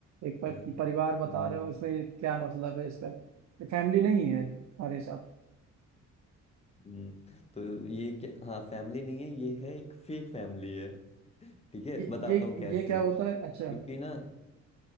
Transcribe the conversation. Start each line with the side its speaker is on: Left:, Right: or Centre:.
Right: एक पर,
Left: हाँ,
Right: परिवार बता
Left: हम्म,
Right: रहे हो इसमें क्या मतलब है इसका ये फैमिली नहीं है हमारे साथ
Left: हम्म, तो ये क्या हाँ फैमिली नहीं है ये है एक फेक फैमिली है ठीक है
Right: ये
Left: बताता
Right: ये
Left: हूँ कैसे
Right: ये क्या होता है अच्छा
Left: क्योंकि ना